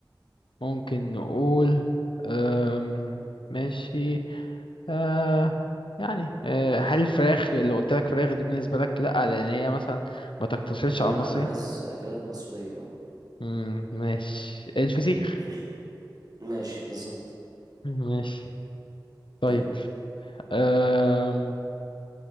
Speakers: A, on the left; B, on the right.
A: ممكن نقول آم، ماشي آه يعني آه هل الفراخ اللي قلت لك فراخ دي بالنسبة لك لأ لأن هي مثلا ما تقتصرش
B: لا
A: على المصري
B: أنا عايز أكلات مصرية اه
A: مم ماشي الفسيخ
B: <clears throat> ماشي بالظبط
A: مم، ماشي طيب
B: جاب
A: آم،